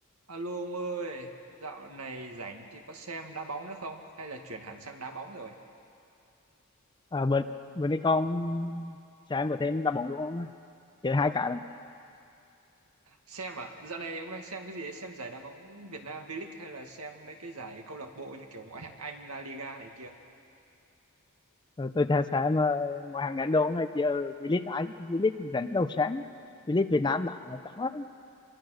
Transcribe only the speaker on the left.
à, bên bên đây con sáng vừa thêm đá bóng luôn ông ơi chơi hai cả lận
rồi tôi thấy sáng uh, ngoài hàng ngàn đô ông giờ V-League ai V-League rảnh đâu sáng V-League Việt Nam đã chán lắm